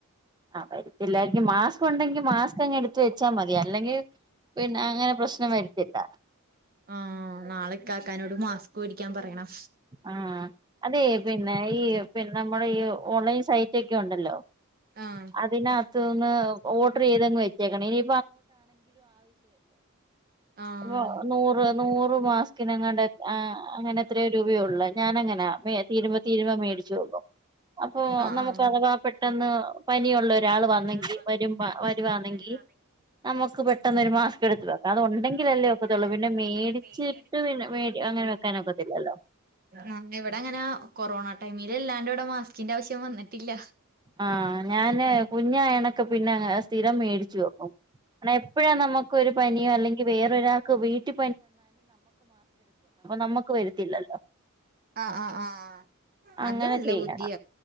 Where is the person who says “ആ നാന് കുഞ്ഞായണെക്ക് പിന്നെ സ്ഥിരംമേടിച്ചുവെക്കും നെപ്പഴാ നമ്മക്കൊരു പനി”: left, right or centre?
Right